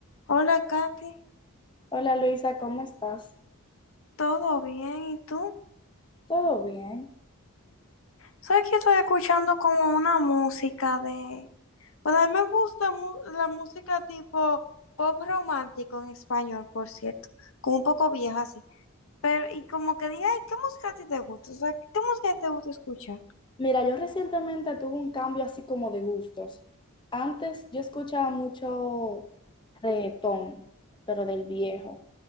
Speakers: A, on the left (about 65°); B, on the left (about 20°).
A: Hola, Katy.
B: Hola Luisa, ¿cómo estás?
A: ¿Todo bien? ¿Y tú?
B: ¿Todo bien?
A: Sabes que estoy escuchando como una música de... Bueno, a mí me gusta mu- la música tipo pop romántico en español, por cierto. Como un poco vieja así. Pero, y como que dije, ay, ¿qué música a ti te gusta? O sea, ¿qué música te gusta escuchar?
B: Mira, yo recientemente tuve un cambio así como de gustos. Antes yo escuchaba mucho reggaetón, pero del viejo.